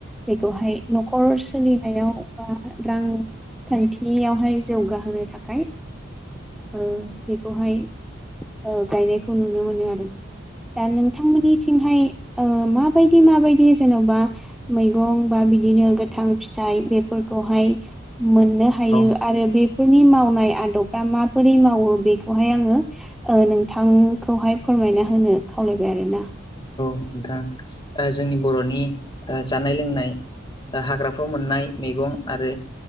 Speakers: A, in the centre; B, on the left (about 25°).
A: बेखौहाय न'खर सोलिनायाव <unintelligible> बा रांखान्थियावहाय जौगाहोनो थाखाय ओ बेखौहाय ओ गायनायखौ नुनो मोनो आरो दा नोंथांमोननिथिं थिंहाय ओ माबायदि-माबायदि जेन'बा मैगं बा बिदिनो गोथां फिथा। आइ बेफोरखौहाय मोननो हायो
B: नोंथां
A: आरो बेफोरनि मावनाय आदबफ्रा माबोरै माव। मावो बेखौहाय आङो ओ नोंथांखौहाय फोरमायना होनो खावलायबाय आरोना
B: नोंथां जोंनि बर'नि ओ जानाय लोंनाय ओ हाग्राफ्राव मोननाय मैगं आरो